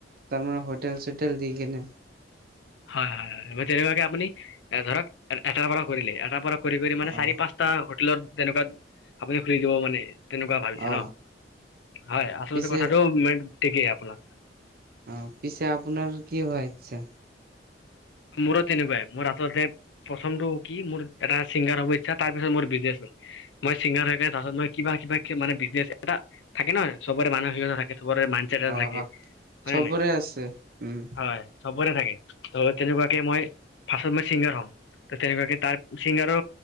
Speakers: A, on the right; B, on the left.
A: তাৰমানে হোটেল চোটেল দি কেনে
B: হয় হয় হয় তেনেকুৱাকে আপুনি এ ধৰক এটাৰ পৰা কৰিলে এটাৰ পৰা। কৰি কৰি মানে
A: অ
B: চাৰি পাঁচটা হোটেলত তেনেকুৱা আপুনি খুলি দিব মানে তেনেকুৱা ভাবিছে
A: অ
B: ন হয় আচলতে
A: পিছে
B: কথাটো ম ঠিকেই আপোনাক
A: অ পিছে আপোনাৰ কি হৈছে।
B: মোৰো তেনেকুৱাই মোৰ আচলতে প্ৰথমটো কি মোৰ এটা ছিংগাৰ হব ইচ্ছা তাৰ পিছত মোৰ বিজনেছ মই চিংগাৰ হৈ কেনে তাছত মই কিবা কিবা মানে বিজনেছ এটা থাকে ন চবৰে মানসিকতা থাকে। মাইণ্ড ছেট এটা
A: অ
B: থাকে
A: অ
B: হয়
A: চবৰে
B: নে নাই
A: আছে উম
B: হয় চবৰে থাকে। তেনেকুৱাকে মই। ফাষ্টত মই ছিংগাৰ হ'ম ত তেনেকুৱাকে তাৰ চিংগাৰো